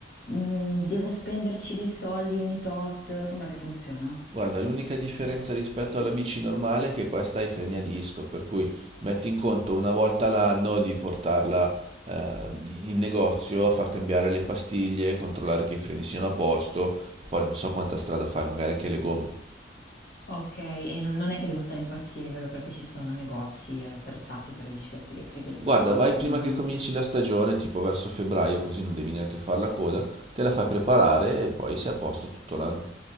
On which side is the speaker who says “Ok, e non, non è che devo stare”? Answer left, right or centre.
Left